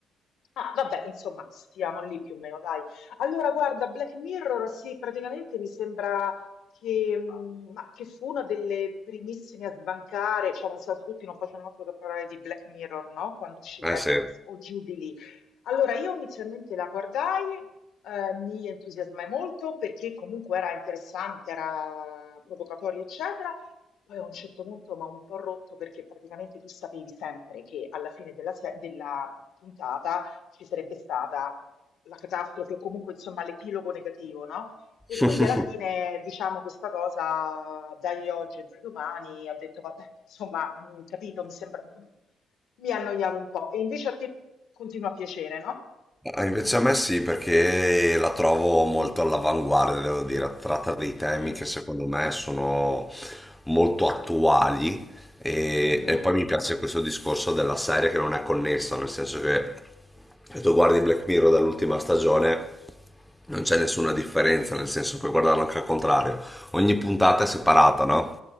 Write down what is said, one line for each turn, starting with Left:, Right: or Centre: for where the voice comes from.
Left: Ah, vabbè, insomma, stiamo lì più o meno, dai. Allora, guarda, Black Mirror, sì, praticamente mi sembra che, mh, ma che fu una delle primissime a sbancare, cioè, nel senso, tutti non facevano altro che parlare di Black Mirror, no? Quando uscì
Centre: Eh
Left: Netflix
Centre: sì.
Left: o giù di lì. Allora, io inizialmente la guardai, eh, mi entusiasmai molto perché comunque era interessante, era provocatoria, eccetera. Poi a un certo punto mi ha un po' rotto perché praticamente tu sapevi sempre che alla fine della, se- della puntata ci sarebbe stata la catastrofe o comunque insomma l'epilogo negativo, no? E quindi
Centre: <laughs>
Left: alla fine diciamo questa cosa dai oggi e dai domani, ho detto vabbè, insomma, mh, capito, mi sembra, mi annoiavo un po'. E invece a te continua a piacere, no?
Centre: Ah, Invece a me sì, perché la trovo molto all'avanguardia, devo dire. Tratta dei temi
Left: Mm,
Centre: che secondo me sono molto attuali e,
Left: mhm,
Centre: e poi mi piace questo discorso della serie che non è connessa, nel senso che se tu guardi Black Mirror dall'ultima stagione non c'è nessuna differenza, nel senso puoi guardarlo anche al contrario. Ogni puntata è separata, no?